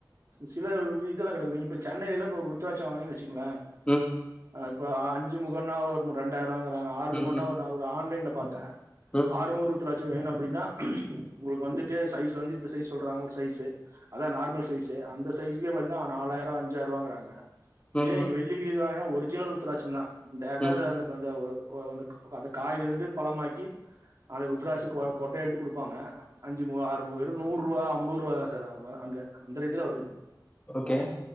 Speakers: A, on the right; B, on the left.
A: சில வி இதல்லா கெடைக்கு நீ இப்ப சென்னைல இப்ப ருத்ராட்சோ வாங்னீங் வெச் சிங்ளே
B: ம்
A: அ இப்ப ஆ அஞ்சு முகன்னா ஒரு மூ ரெண்டாய்ருவாங்க றாங்க ஆறு
B: ம்
A: முகன்னா
B: ம்
A: ஒர் ந ஒரு ஆன்லைன்ல பாத்தே
B: ம்
A: ஆறு முக ருத்ராட் சோ வேணு அப்டின்னா உங்களுக் வந்துட்டு சைஸ் வந்து இந்த சைஸ் சொல்றாங்க ஒரு சைசு அதா நார்மல் சைசு அந்த சைசுக்கே பாத்தீன்னா நாலாய்ரோ அஞ்சாய் ருவாங்கறாங்க
B: ம்
A: இத நீங்க
B: ம்
A: வெள்ளிங்கிரில வாங்கனா ஒரு ஒர்ஜினல் ருத்தராட்சந்தா டேரட்டா
B: ம்
A: அந்த அந்த பந்த போது ஒ வந்த <unintelligible> அந்த காயிலருந்து பழமாக்கி அத ருத்ராட்ச கொ கொட்ட எடுத்து குடுப்பாங்க அஞ்சு முகோ ஆறு முகோ வெரு நூறு ரூவா அம்பருவாதா சார் அ ப அங்க அந்த ரேட்டு தா வருதுங்
B: ஓகே